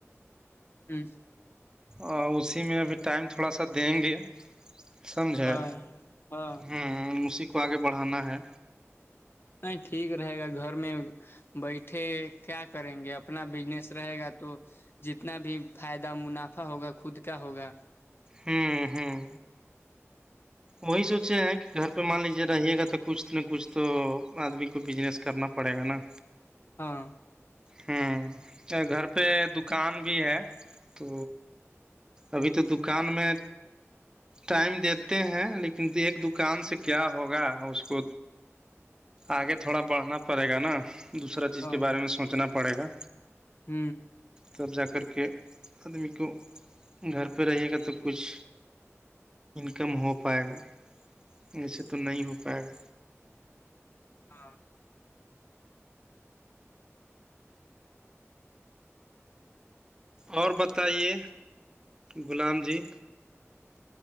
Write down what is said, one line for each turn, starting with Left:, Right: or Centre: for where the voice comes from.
Left: جی
Right: اور اسی میں ابھی ٹائم تھوڑا سا دیں گے سمجھ ہے
Left: ہاں ہاں
Right: ہ اسی کو آگے بڑھانا ہے
Left: نہیں ٹھیک رہے گا گھر میں بیٹھے کیا کریں گے اپنا بزنس رہے گا تو جتنا بھی فائدہ منافع ہوگا خود کا ہوگا
Right: ہوں ہوں وہی سوچے ہیں کہ گھر پہ مان لیجیے رہیے گا تو کچھ نہ کچھ تو آدمی کو بزنس کرنا پڑے گا نا
Left: ہاں
Right: ہوں گھر پہ دکان بھی ہے تو ابھی تو دکان میں ٹائم د ہیں لیکن ایک دکان سے کیا ہوگا اس کو آگے تھوڑا بڑھنا پڑے گا نا دوسرا چیز
Left: ہاں
Right: کے بارے میں سوچنا پڑے گا
Left: ہ
Right: تب جا کر کے آدمی کو گھر پہ رہے گا تو کچھ کم ہو پائے گا ویسے تو نہیں ہو پائے گا
Left: ہاں
Right: اور بتائیے غلام جی